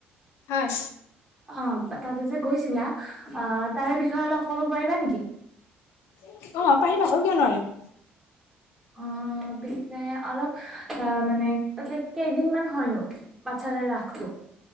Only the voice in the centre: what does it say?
অ', তাতে যে গৈছিলা অ', তাৰে বিষয়ে অলপ ক'ব পাৰিবা নেকি?
অ', পিছে অলপ অ', মানে তাতে কেইদিনমান হয়নো? পাতচালাৰ ৰাসতো।